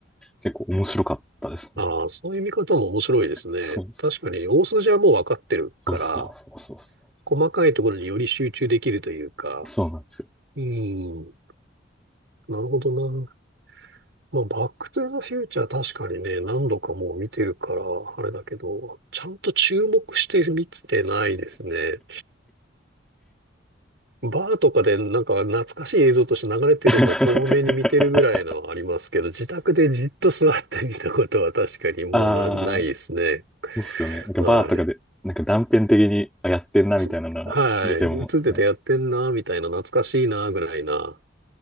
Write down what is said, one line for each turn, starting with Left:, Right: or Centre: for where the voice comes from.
Centre: 結構面白かったですね。
Right: ああ、そういう見方も面白いですね。
Centre: そうですね。
Right: 確かに、大筋はもう分かってるから、
Centre: そうそうそうそうそう。
Right: 細かいところにより集中できるというか、
Centre: そうなんですよ。
Right: うん。なるほどな。まあ、バックトゥーザフューチャー確かにね、何度かもう見てるから、あれだけど、ちゃんと注目して見てないですね。バーとかでなんか懐かしい映像として流れてるのを遠目に見てるぐらいのはありますけど、
Centre: <laughs>
Right: 自宅でじっと座って見たことは確かにもうな、
Centre: ああ、
Right: ないですね。
Centre: そうっすよね。なんかバーとかで、
Right: はい。
Centre: なんか断片的にあやってんなみたいなのは見ても、
Right: すはい。映っててやってんな、
Centre: ね、
Right: みたいな、懐かしいな、ぐらいな。